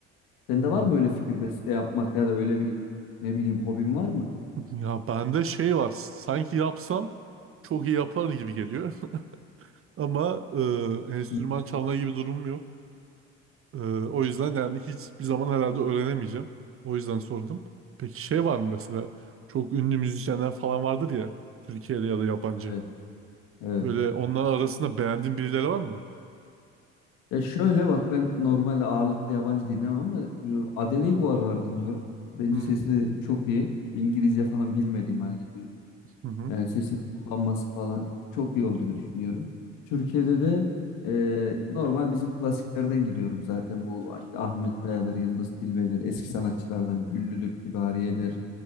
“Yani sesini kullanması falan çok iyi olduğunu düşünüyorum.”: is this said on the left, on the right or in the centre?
Left